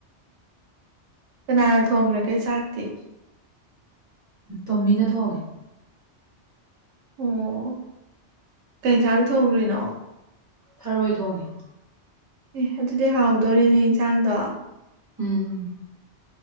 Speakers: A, on the right (about 85°); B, on the right (about 20°).
A: ꯀꯅꯥꯅ ꯊꯣꯡꯈ꯭ꯔꯒꯦ ꯆꯥꯛꯇꯤ
B: ꯇꯣꯝꯕꯤꯅ ꯊꯣꯡꯉꯦ
A: ꯑꯣ ꯀꯦꯟꯁꯥꯡ ꯊꯣꯡꯈꯔꯤꯅꯣ
B: ꯊꯔꯣꯏ ꯊꯣꯡꯉꯦ
A: ꯑꯦ ꯑꯗꯨꯗꯤ ꯍꯥꯎꯗꯣꯔꯦꯅꯦ ꯏꯟꯁꯥꯡꯗꯣ
B: ꯎꯝ